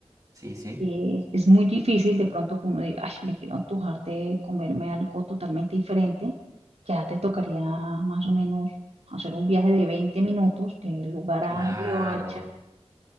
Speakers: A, on the right (about 30°); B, on the right (about 70°).
A: Sí, sí.
B: eh, es muy difícil de pronto que uno diga, ay, me quiero antojar de comerme algo totalmente diferente. Ya te tocaría más o menos hacer un viaje de 20 minutos del lugar
A: Claro.
B: a Riohacha.